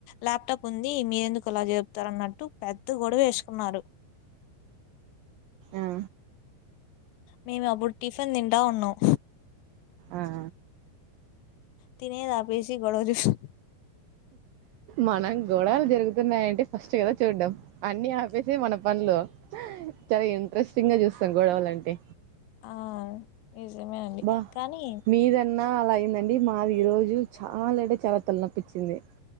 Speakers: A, on the left (about 80°); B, on the right (about 80°).
A: ల్యాప్టాప్ ఉంది మీరెందుకు అలా చెపుతార అన్నట్టు పెద్ద గొడవ వేసుకున్నారు
B: ఆ
A: మేము అప్పుడు టిఫిన్ తింటా ఉన్నాం
B: ఆఆ
A: తినేది ఆపేసి గొడవ చేస్తుండు
B: మనం గొడలు జరుగుతున్నాయంటే ఫస్ట్ కదా చూడ్డం అన్ని ఆపేసి మన పనులు చాలా ఇంట్రెస్ట్ సింగా చూస్తాం గొడవలు అంటే
A: ఆ నిజమేనండి
B: బా
A: కానీ
B: మీరన్నా అలాయ అండి మాది ఈ రోజు చాలా అంటే చాలా తలనొప్పి చింది